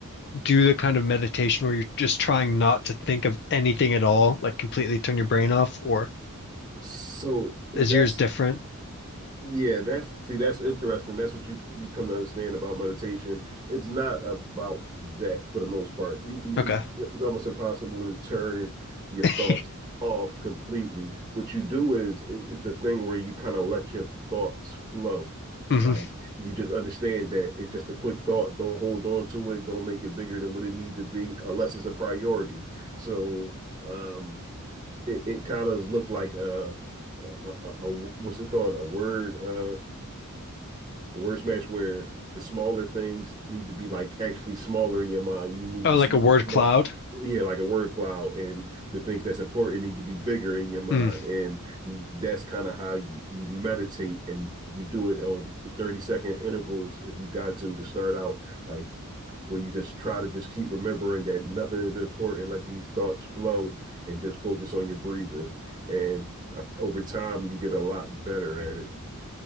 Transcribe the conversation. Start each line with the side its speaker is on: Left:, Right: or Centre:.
Left: do the kind of meditation where you're just trying not to think of anything at all, like completely turn your brain off, or
Right: Yes. So that's
Left: is yours different?
Right: Yeah, that's see, that's interesting. That's what you you come to understand about meditation. It's not about that for the most part. You, you
Left: Okay.
Right: it's it's almost impossible to turn your
Left: <laughs>
Right: thoughts off completely. What you do is it- it's the thing where you kind of let your thoughts flow.
Left: hmm
Right: Like you just understand that it's just a quick thought. Don't hold on to it. Don't make it bigger than what it need to be, unless it's a priority. So, um, it, it kind of looked like a, a, a, a what's it called a word uh the worst match where the smaller things need to be like actually smaller in your mind. You need
Left: Oh,
Right: to
Left: like
Right: see
Left: a word
Right: them small.
Left: cloud?
Right: Yeah, like a word cloud, and the things that's important need to be bigger in your mind,
Left: Mm.
Right: and that's kind of how you, you meditate, and you do it on thirty second intervals if you got to to start out, like where you just try to just keep remembering that nothing is important. Let these thoughts flow, and just focus on your breathing, and uh, over time you get a lot better at it.